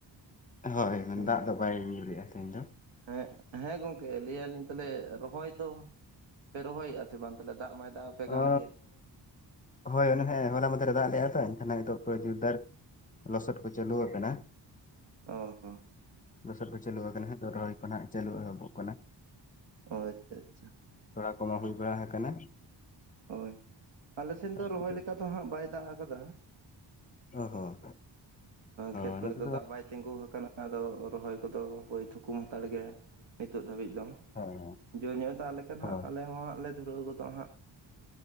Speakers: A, on the left; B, on the right.
A: <inaudible> ᱦᱳᱭ
B: ᱦᱮᱸ
A: ᱫᱟᱜ ᱟᱫᱟᱭ ᱵᱟᱭ ᱨᱤᱢᱤᱞ ᱨᱮᱫᱼᱟ ᱛᱟᱦᱮᱸ ᱫᱚ
B: ᱦᱮᱸ ᱦᱮᱸ ᱜᱚᱝᱠᱮ ᱞᱟᱹᱭ ᱭᱟ ᱞᱤᱧ ᱛᱟᱦᱚᱞᱮ ᱨᱚᱦᱚᱭ ᱫᱚ ᱯᱮ ᱨᱚᱦᱚᱭᱮᱫᱼᱟ ᱵᱟᱝ ᱛᱟᱦᱮ ᱫᱟᱜ ᱢᱟᱭ ᱫᱟᱜ ᱟᱯᱮ ᱠᱟᱱ
A: ᱚᱻ
B: ᱜᱮ
A: ᱦᱳᱭ ᱦᱮ ᱦᱚᱞᱟ ᱢᱟᱫᱷᱮᱨ ᱫᱟᱜ ᱟᱞᱮ ᱟᱭ ᱛᱳ ᱮᱱᱠᱷᱟᱱ ᱱᱤᱛᱚᱜ ᱡᱳᱨ ᱫᱟᱨ ᱞᱚᱥᱴ ᱠᱚ ᱪᱟᱞᱩ ᱟᱠᱟᱱᱟ
B: ᱚ ᱦᱚᱸ
A: ᱫᱚᱥᱟᱨ ᱠᱚ ᱪᱟᱹᱞᱩ ᱟᱠᱟᱱᱟ ᱨᱚᱦᱚᱭ ᱠᱚᱜ ᱪᱟᱹᱞᱩ ᱮᱦᱚᱵᱚᱜ ᱠᱟᱱᱟ
B: ᱚ ᱟᱪᱪᱷᱟ ᱟᱪᱪᱷᱟ
A: ᱛᱷᱚᱲᱟ ᱠᱚᱢᱟ ᱦᱩᱭ ᱵᱟᱲᱟ ᱠᱟᱱᱟ
B: ᱦᱳᱭ ᱟᱞᱮ ᱥᱮᱱ ᱫᱚ ᱨᱚᱦᱚᱭ
A: ᱡᱩᱫᱟᱹ
B: ᱞᱮᱠᱟ ᱫᱚ ᱦᱟᱸᱜ ᱵᱟᱭ ᱫᱟᱜ ᱠᱟᱫᱟ
A: ᱚ ᱦᱚᱸ ᱦᱳᱭ
B: ᱠᱷᱮᱛ ᱠᱚᱨᱮ
A: ᱱᱚᱛᱮ
B: ᱫᱚ ᱫᱟᱜ ᱵᱟᱭ ᱛᱤᱸᱜᱩ ᱟᱠᱟᱱᱟ ᱟᱫᱚ ᱨᱚᱦᱚᱭ ᱠᱚᱫᱚ ᱵᱳᱭ ᱛᱷᱩᱠᱩᱢ ᱦᱟᱛᱟᱲ ᱜᱮ ᱱᱤᱛᱚᱜ ᱫᱷᱟᱹᱵᱤᱡ ᱫᱚ
A: ᱦᱳᱭ
B: ᱡᱳᱨ ᱧᱚᱜ ᱮ ᱫᱟᱜ
A: ᱦᱳᱭ
B: ᱟᱞᱮ ᱦᱚᱸ ᱦᱟᱸᱜ ᱞᱮ ᱫᱷᱩᱨᱟᱹᱣ ᱜᱚᱫᱚᱜ ᱦᱟᱸᱜ